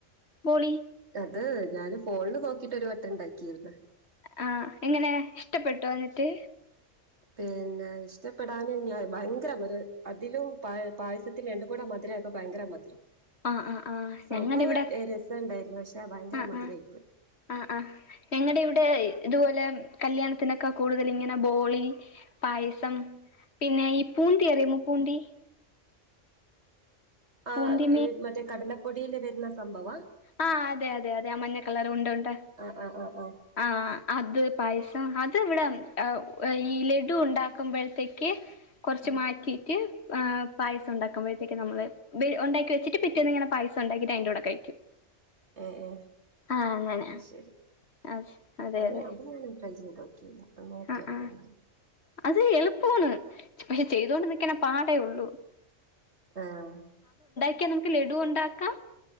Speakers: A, on the left; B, on the right.
A: ബോളി
B: അതെ ഞാന് ഫോണില് നോക്കിട്ട് ഒരു വട്ടം ഉണ്ടാക്കിയിന്ന്
A: ആഹ എങ്ങനെ ഇഷ്ടപ്പെട്ടു എന്നന്നിട്ട്
B: പിന്നെ ഇഷ്ടപ്പെടാന് ഭയങ്കര ഒരു അതിലും പ പായസത്തിും രണ്ട കൂടെ മധുരമായപ്പോ ഭയങ്കര മധുരം
A: ആ ആ് ആ
B: സംഭവം
A: ഞങ്ങുടെ ഇവിടെ
B: രസം ഉണ്ടായിരുന്നു പക്ഷെ ഭയങ്കര
A: ആ
B: മധുരമായിപ്പോയി
A: ആ ആ ആ് ഞങ്ങളുടെ ഇവിടെ ഇതുപോലെ കല്യാണത്തിന കൂടുതൽ ഇങ്ങനെ ബോളി പായസം പിന്നെ ഈ പൂന്തി അറിയ മോ പൂന്തി
B: ആ
A: പൂന്തി
B: മറ്റേ കടലപ്പൊട ന്ന സംഭവം
A: ആ അതെ അതെ അതെ ആ മഞ്ഞക്കളർ ഉണ്ട് ഉണ്ട്
B: ആ ആ ആ ആ
A: ആഹ അത് പായസം അത് ഇവിടെ ഈ ലഡു ഉണ്ടാക്കുമ്പോഴത്തേക്ക് കുറച്ച്
B: ആ
A: മാറ്റിട്ട് പസ ഉണ്ടാക്കുമ്പോഴത്തേക്ക് നമ്മള് ഉണ്ടാക്കി വെച്ചിട്ട് പിറ്റേന്ന ഇങ്ങനെ പായസം ഉണ്ടാക്കിട്ട് അതിൻന്റെ കൂടെ കഴിക്കും
B: ഏ ഏ
A: ആ അങ്ങനെ
B: അ ശരി
A: അതെ അതെ
B: അങ്ങനെ
A: അതെ
B: അത് ഞാൻ ഇപ്പ ചെയ്ത് നോക്കിയില്ല നോക്കി
A: ആ
B: നോക്കണം
A: ആ അത് എളുപ്പമാണ് പക്ഷെ ചെയ്തൊണ്ട് നിക്കണ പാടേ ഉള്ളു
B: ആഹ
A: ക്കെ നമുക്ക് ലഡു ഉണ്ടാക്കാം